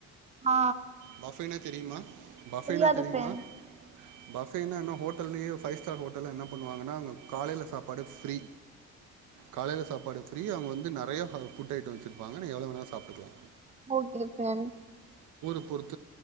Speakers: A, on the right; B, on the right.
A: ஆ
B: பஃபேனா தெரியுமா பஃபேனா
A: தெரியாது
B: தெரியுமா
A: ஃப்ரெண்ட்
B: பஃபேனா என்ன ஹோட்டல்லயே ஃபை ஸ்டார் ஹோட்டல்ல என்ன பண்ணுவாங்கன்னா அங்க காலைல சாப்பாடு ஃப்ரீ காலையில சாப்பாடு ஃப்ரீ அவங்க வந்து நறைய ஹவ் ஃபுட் ஐட்டோ வச்சிருப்பாங்க நீங்க எவ்ளோ வேணாலு சாப்டுக்லா
A: ஓகே ப்ரெண்ட்
B: போது